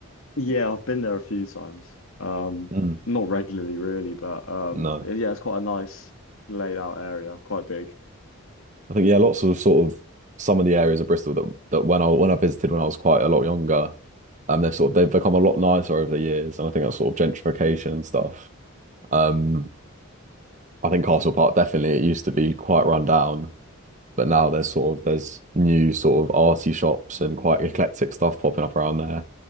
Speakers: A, on the left; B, on the right.
A: Yeah, I've been there a few times. Um,
B: Mm,
A: not regularly really, but um
B: no.
A: yeah, it's quite a nice laid out area, quite big.
B: I think yeah, lots of sort of some of the areas of Bristol that that when I when I visited when I was quite a lot younger, um they've sort of they've become a lot nicer over the years and I think that's sort of gentrification and stuff. Um, I think Castle Park definitely it used to be quite run down, but now there's sort of there's new sort of arty shops and quite eclectic stuff popping up around there.